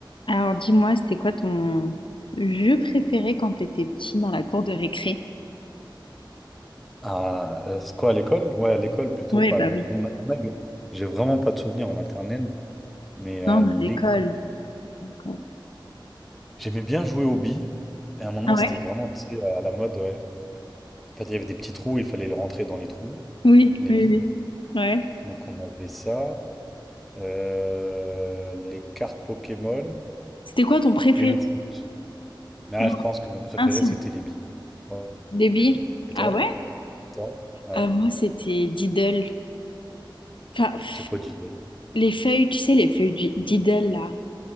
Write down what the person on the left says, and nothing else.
Alors dis-moi, c'était quoi ton jeu préféré quand t'étais petit dans la cour de récré?
Oui,
bah
oui.
Non,
mais à l'école. l'école.
Ah ouais?
Oui,
oui,
oui. Ouais.
C'était quoi ton préféré?
Non,
un seul.
Baby?
Ah ouais?
Euh, moi, c'était Diddle. Enfin, pff,
les feuilles, tu sais, les feuilles du Diddle, là.